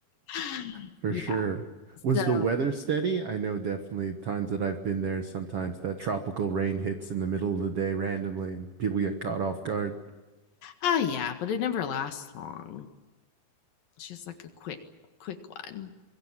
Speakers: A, on the left; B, on the right.
A: <laughs>
B: for
A: yeah.
B: sure. Was
A: So,
B: the weather steady? I know definitely times that I've been there, sometimes that tropical rain hits in the middle of the day randomly and people get caught off guard.
A: oh yeah, but it never lasts long. It's just like a quick, quick one.